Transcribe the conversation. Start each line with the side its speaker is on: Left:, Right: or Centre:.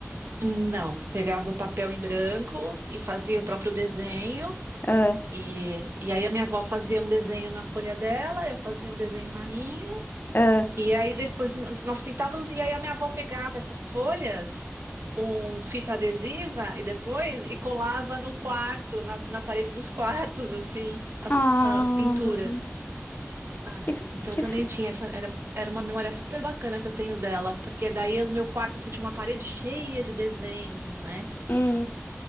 Right: Hum, Não, pegava o papel em branco e fazia o próprio desenho.
Left: Ah,
Right: E, e aí a minha avó fazia um desenho na folha dela, eu fazia um desenho na minha.
Left: ah,
Right: E aí depois nós nós pintávamos e aí a minha avó pegava essas folhas com fita adesiva e depois e colava no quarto, na, na parede dos quartos, assim, as,
Left: ah,
Right: as pinturas. É,
Left: que f-
Right: então
Left: que
Right: também
Left: f-
Right: tinha essa, era, era uma memória super bacana que eu tenho dela, porque daí no meu quarto assim, tinha uma parede cheia de desenhos, né?
Left: hum.